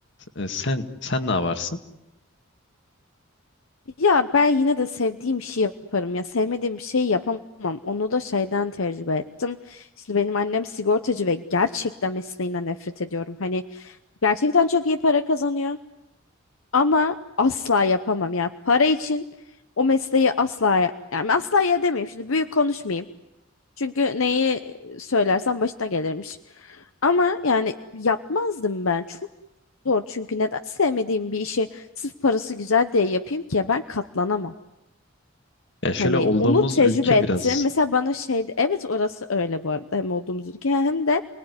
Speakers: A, on the left (about 60°); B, on the left (about 85°).
A: E, sen sen ne yaparsın?
B: Ya ben yine de sevdiğim işi yaparım ya sevmediğim bir şeyi yapamam. Onu da şeyden tecrübe ettim. Şimdi benim annem sigortacı ve gerçekten mesleğinden nefret ediyorum. Hani gerçekten çok iyi para kazanıyor ama asla yapamam ya. Para için o mesleği asla yani asla ya demeyeyim. Şimdi büyük konuşmayayım. Çünkü neyi söylersem başına gelirmiş. Ama yani yapmazdım ben. Çok zor çünkü neden sevmediğim bir işi sırf parası güzel diye yapayım ki ya ben katlanamam.
A: Ya şöyle
B: Hani
A: olduğumuz
B: onu tecrübe
A: ülke
B: ettim.
A: biraz
B: Mesela bana şeydi evet orası öyle bu arada hem olduğumuz ülke hem de